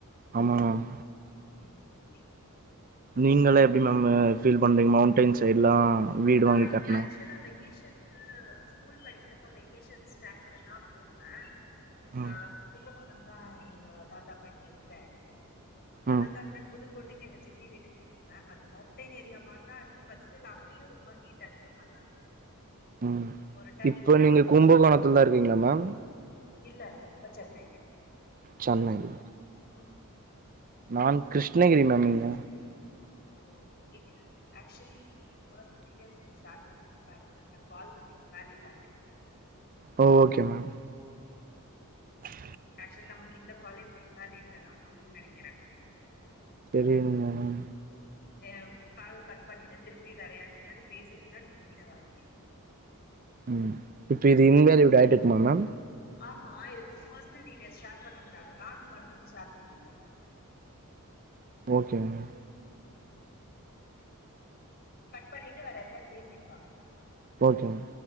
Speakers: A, on the right (about 40°); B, on the left (about 45°).
A: ஆமா மேம்
B: ம்
A: நீங்களா எப்டி
B: ஓகே
A: மேமு ஃபீல் பண்றீங்க மௌண்டன் சைட்லா வீடு
B: நாய்
A: வாங்கி கட்னா
B: ஆக்சுலா வெக்கேஷன்ஸ் கு ஸ்கூல் படிக்கிறப்ப வெக்கேஷன் ஸ்டேன்டுடுன்னா போவே
A: ம்
B: அ கும்பகோணந்தா இங்க தாத்தா பாட்டி இருந்த எடோ அததா
A: ம்
B: இந்த புதுக்கோட்டைக்கு எங்க சித்தி வீட்டுக்கு போங்க அது மவுண்டெய்ன் ஏரியா மாரிதா இருக்கு பட் ஸ்டில் அங் கயு ரொம்ப ஹீட் அதிகமாதா இருக்கு
A: ம்
B: ஒரு டைம்
A: இப்போ
B: போய்
A: நீங்க
B: பாக்கணூ
A: கும்பகோணத்துல தா இருக்கீங்களா மேம்
B: இல்லல்ல இப்ப சென்னை
A: சென்னைலு
B: உம்
A: நான் கிருஷ்ணகிரி மேம் இங்க
B: ஓ ஓகே ஆக்சுலி பர்சனல் டீட்டெய்ல்ஸ் இப்டி ஷேர் பண்ண கூடாது ட கால் வந்து இன்வேலிட் ஆயிடு
A: ஓ ஓகே மேம் ஹ
B: ஆக்சுல் நம்ளுக் இந்த காலே இப்ப இன்வாலிட்ல தா வருந நெனக்கிற
A: தெரிய்லிங்லே மேம்
B: ஏம் கால் கட் பண்ணிட்டு திருப்பி வேற யாக்கிட்டாது பேசிட்டுதா நீங்க ஏங்கிட்ட வர முடியு
A: ம் இப்ப இது இன்வேல்யூட் ஆயிட்ருக்குமா மேம்
B: ஆமா எஸ் பர்ஸ்னல் டீட்டெயல்ஸ் ஷேர் பண்ணக்க கூடாது நானு மறந்துட்டு ஷேர் பண்ணிட்டே
A: ஓகே மேம்
B: கட் பண்ணிட்டு வேற யார்ட்யாவ்து பேசிட்டு வாங்க
A: ஓகே மேம்